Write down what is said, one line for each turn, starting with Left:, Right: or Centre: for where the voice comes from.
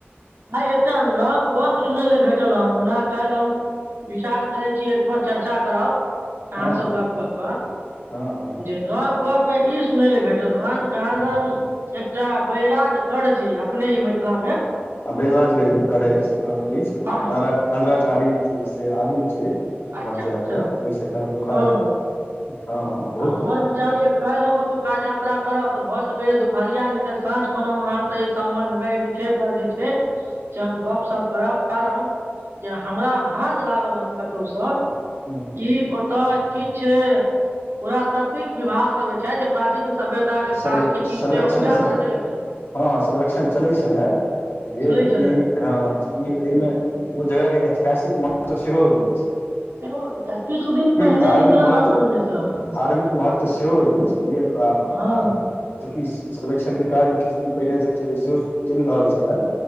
Right: आइ एकटा नव गप सुनै लऽ भेटल हन ओना काइल हम विचार करै छी एक बेर चर्चा करब अहाँ
Left: हँ
Right: स
Left: हँ
Right: गप कऽ कऽ
Left: हँ हँ हँ
Right: जे नव गप में ई सुनै लऽ भेटल हन कहाँ दन एकटा बैराजगढ़ छै अपने ई मिथिला में
Left: बैलाजगज गढ़ एछ आ एछ
Right: हँ हँ
Left: अंधेरठाारी से आगू छै उम्हर
Right: अच्छा
Left: जैब
Right: अच्छा
Left: तऽ <unintelligible> ह लोका
Right: ओहो
Left: हँ बहुत
Right: तऽ हमर बि चार ए काइल हम ओतुका यात्रा करब तऽ भऽ सकैए दुपहरिया नै तऽ साँझ खन हम अहाँ स एहि सम्बन्ध में पीठे पर जे छै से हम गपशप करब कारण जे हमरा भाँज लागल हेन कतौ स
Left: हूँ हूँ
Right: की ओ तऽ किछ पुरातात्विक विभाग सभ जे छै जे प्राचीन सभ्यता केँ
Left: सर्वे
Right: काज केँ
Left: सर्वेक्षण
Right: चीज केँ उजागर
Left: सँ
Right: केलके
Left: हँ संरक्षण चलै छलै <inaudible> बुझलिए
Right: छलै
Left: की
Right: छलै
Left: हँ ई यै में ओ जगह केँ ऐतिहासि कऽ महत्व सेहो ऐछ
Right: सेहो ऐछ किछु दिन पहिने
Left: धार्मिक
Right: निकलल
Left: महत्व
Right: हन ओइमे स
Left: धार्मिक महत्व सेहो ऐछ <unintelligible>
Right: हँ
Left: चूँकि सर्वेक्षण कऽ काज किछ दिन पहिने स सेहो चैल रहल छलै